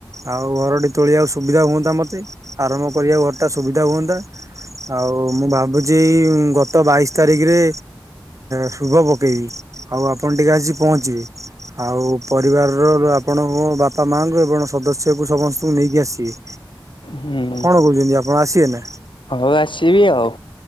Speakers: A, on the right; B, on the left.
A: ଆଉ ଘର ଟି ତୋଳି ବାକୁ ସୁବିଧା ହୁଅନ୍ତା ମତେ ଆରମ୍ଭ କରିବାକୁ ଘର ଟା ସୁବିଧା ହୁଅନ୍ତା। ଆଉ ମୁଁ ଭାବୁଛି ଗତ ବାଇଶି ତାରିଖ ରେ ଶୁଭ ପକେଇବି ଆଉ ଆପଣ ଟିକେ ଆସି ପହଞ୍ଚିବେ। ଆଉ ପରିବାର ର ଆପଣଙ୍କ ବାପା ମାଙ୍କୁ ଏବଂ ସଦସ୍ୟ କୁ ସମସ୍ତଙ୍କୁ ନେଇକି ଆସିବେ।
B: ହୁଁ
A: କଣ କହୁଛନ୍ତି ଆପଣ ଆସିବେ ନାଁ।
B: ହଉ ଆସିବି ଆଉ।